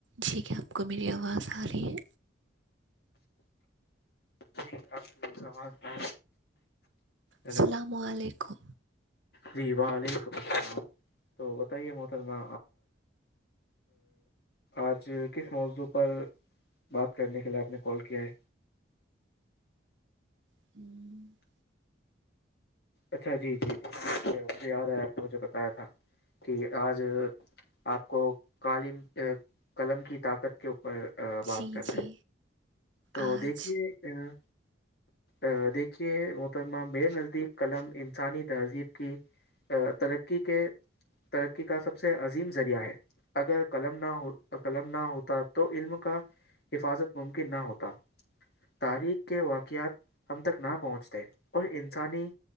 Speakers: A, on the right; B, on the left.
A: جی کیا آپ کو میری آواز آ رہی ہے
B: ج آب کو سوال آ ہیلو
A: السلام علیکم
B: جی وعلیکم السلام تو بتائیے محترمہ آج کس موضوع پر بات کرنے کے لیے آپ نے کال کیا ہے
A: ہوں
B: اچھا جی جی جی مجھے یاد آیا آپ نے مجھے بتایا تھا ٹھیک ہے آج آپ کو قالم قلم کی طاقت کے اوپر بات
A: جی
B: کرناے
A: جی
B: تو
A: آج
B: دیکھیے ا ا دیکھیے محترمہ میرے نزدیک قلم انسانی تہذیب کی ترقی کے ترقی کا سب سے عظیم ذریعہ ہے اگر قلم نہ ہو قلم نہ ہوتا تو علم کا حفاظت ممکن نہ ہوتا تاریخ کے واقعات ہم تک نہ پہنچتے اور انسانی